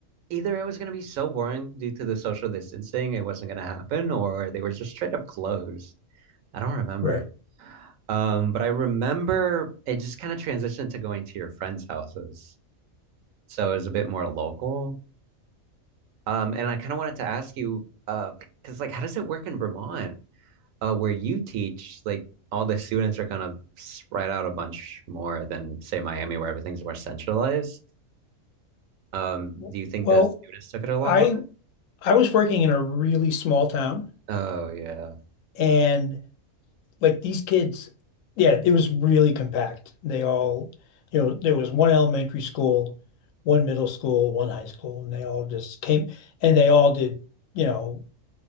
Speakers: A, on the right; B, on the left.
A: either it was going to be so boring due to the social distancing, it wasn't going to happen, or they were just straight up closed. I don't remember.
B: Right.
A: Um, but I remember it just kind of transitioned to going to your friends' houses. So it was a bit more local. Um, and I kind of wanted to ask you, uh, because like, how does it work in Vermont, uh, where you teach? Like, all the students are kind of spread out a bunch more than say Miami, where everything's more centralized. Um,
B: W-
A: do you think
B: Well,
A: the students took it a lot
B: I
A: harder?
B: I was working in a really small town
A: Oh yeah.
B: and like these kids, yeah, it was really compact. They all, you know, there was one elementary school, one middle school, one high school, and they all just came and they all did, you know,